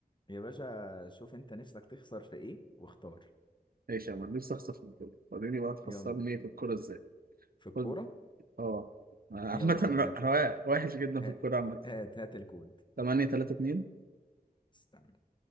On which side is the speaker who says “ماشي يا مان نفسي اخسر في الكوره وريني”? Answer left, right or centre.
Right